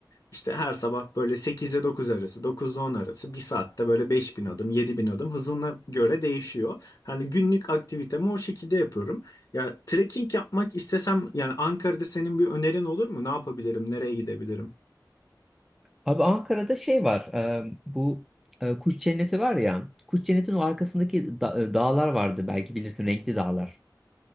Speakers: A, on the left; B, in the centre.
A: işte her sabah böyle 8'e 9 arası, 9'da 10 arası bir saatte böyle 5000 adım, yedi bin adım hızına göre değişiyor. Hani günlük aktivitemi o şekilde yapıyorum. Ya trekking yapmak istesem yani Ankara'da senin bir önerin olur mu? Ne yapabilirim? Nereye gidebilirim?
B: Abi Ankara'da şey var. e, bu e, Kuş Cenneti var ya. Kuş Cenneti'nin o arkasındaki da- e, dağlar vardı. Belki bilirsin renkli dağlar.